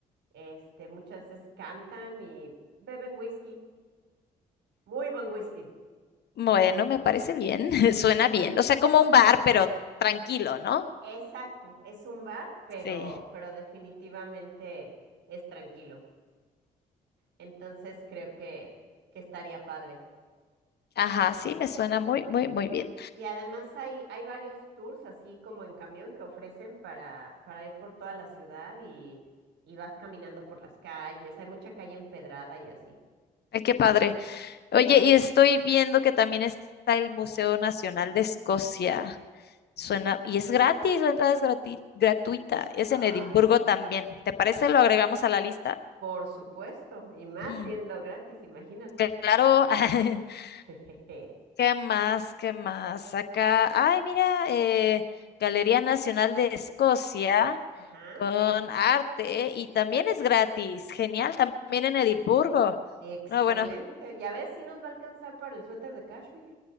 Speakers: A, on the right; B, on the left.
A: Este, muchas veces cantan y beben whisky, muy buen whisky.
B: Bueno, me parece bien. <laughs> Suena bien. O sea, como un bar, pero tranquilo, ¿no?
A: Exacto, es un bar, pero,
B: Sí.
A: pero definitivamente es tranquilo. Entonces creo que, que estaría padre.
B: Ajá, sí, me suena muy, muy, muy bien.
A: Y además hay, hay varios tours, así como en camión, que ofrecen para, para ir por toda la ciudad y, y vas caminando por las calles. Hay mucha calle empedrada y así.
B: Ay, qué padre. Oye, y estoy viendo que también está el Museo Nacional de Escocia. Suena, y es gratis, la entrada es grati- gratuita. Es
A: Ay,
B: en Edimburgo también. ¿Te parece? Lo agregamos a la lista.
A: Por supuesto, y más
B: Mm,
A: siendo gratis, imagínate.
B: claro. <laughs>
A: <laughs>
B: ¿Qué más? ¿Qué más? Acá, ay, mira, eh, Galería Nacional de Escocia
A: Ajá.
B: con arte y también es gratis. Genial, también en Edimburgo.
A: Excelente.
B: No, bueno,
A: Ya ves, si nos va a alcanzar para el suéter de cashmere.